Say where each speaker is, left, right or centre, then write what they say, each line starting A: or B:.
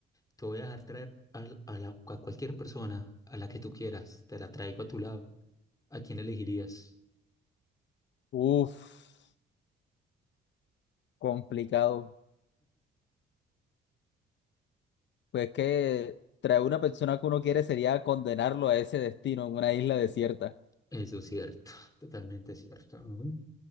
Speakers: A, on the left (about 15°); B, on the left (about 65°).
A: Te voy a dejar traer al- a, la- a cualquier persona, a la que tú quieras, te la traigo a tu lado. ¿A quién elegirías?
B: Uf, complicado. Pues que traer una persona que uno quiere sería condenarlo a ese destino en una isla desierta.
A: Eso es cierto, <laughs> totalmente cierto. Ujú.